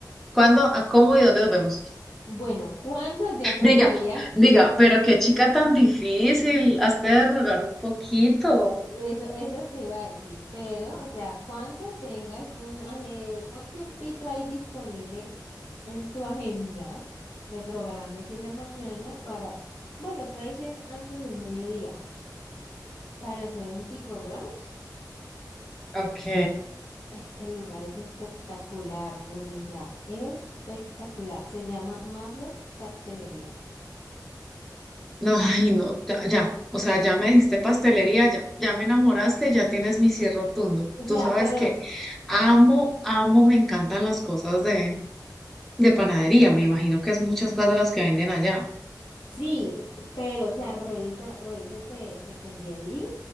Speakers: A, in the centre; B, on the left.
A: ¿Cuándo, a cómo y dónde nos vemos?
B: Bueno, ¿cuándo ya tocaría?
A: Diga, diga, pero qué chica tan difícil. Hazte de rogar un poquito.
B: Eso, eso te iba a decir, pero, o sea, cuando tengas un, aje- un tiempito ahí disponible en tu agenda, me programes en la mañana para, bueno, puede ser antes del mediodía, para hacer un tipo brunch.
A: Ok.
B: Es, el lugar es espectacular, Juli, o sea, espectacular. Se llama Maflets Pastelería.
A: No, ay, no, ya, ya. O sea, ya me dijiste pastelería, ya, ya me enamoraste, ya tienes mi cierre rotundo.
B: O sea,
A: Tú sabes
B: pero
A: que amo, amo, me encantan las cosas de, de panadería. Me imagino que es muchas cosas de las que venden allá.
B: sí, pero o sea, revisa, revísate que te envié el link